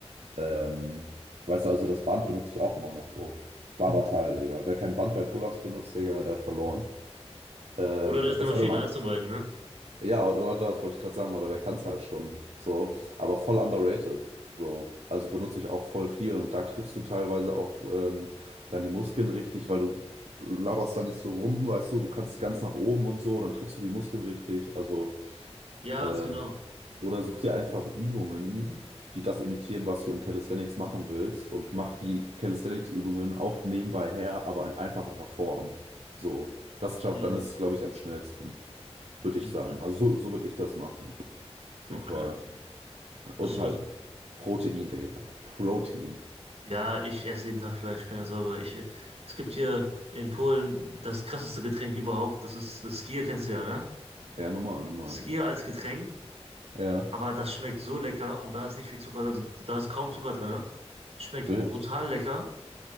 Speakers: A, on the right (about 80°); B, on the right (about 60°).
A: Ähm, weißt du, also das Band benutze ich auch immer noch, Bro. Barbatal, Digga. Wer kein Band bei Pull-ups benutzt, Digga, der hat verloren. Ähm,
B: Oder das ist
A: Jetzt
B: eine Maschine,
A: hätte man,
B: eins von beiden, ne?
A: ja, oder, oder das wollte ich gerade sagen, oder der kann es halt schon so, aber voll underrated. So. Also benutze ich auch voll viel und da triffst du teilweise auch ähm, dann die Muskeln richtig, weil du laberst da nicht so rum, weißt du, du kannst ganz nach oben und so, dann triffst du die Muskeln richtig. Also,
B: Ja,
A: ähm,
B: ganz genau.
A: oder such dir einfach Übungen, die das imitieren, was du in Calisthenics machen willst und mach die Calisthenics-Übungen auch nebenbei her, aber in einfacherer Form. So. Das schafft,
B: Mhm.
A: dann ist es, glaube ich, am schnellsten würde ich
B: Okay,
A: sagen. Also so, so würde ich das machen. Auf
B: okay,
A: jeden Fall.
B: okay.
A: Und
B: Das muss.
A: halt Protein, Digga. Protein.
B: Ja, ich esse jeden Tag Fleisch, keine Sorge. Ich, äh, es gibt hier in Polen das krasseste Getränk überhaupt. Das ist das Skier, kennst du ja, ne?
A: Ja, normal, normal.
B: Skier als Getränk,
A: Ja,
B: aber das schmeckt so lecker und da ist nicht viel Zucker, da, da ist kaum Zucker drin. Schmeckt
A: wild.
B: brutal lecker.